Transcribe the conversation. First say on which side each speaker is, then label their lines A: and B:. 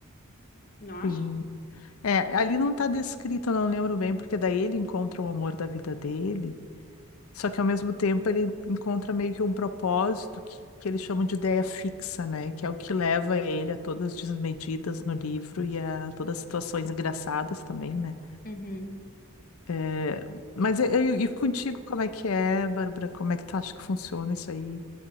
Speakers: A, on the left; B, on the left.
A: Não acha?
B: Sim. É, ali não tá descrito, eu não lembro bem, porque daí ele encontra o amor da vida dele, só que ao mesmo tempo ele encontra meio que um propósito que, que eles chamam de ideia fixa, né? Que é o que leva ele a todas as desmedidas no livro e a todas as situações engraçadas também, né?
A: Uhum.
B: É, mas eu e e contigo, como é que é, Bárbara? Como é que tu acha que funciona isso aí?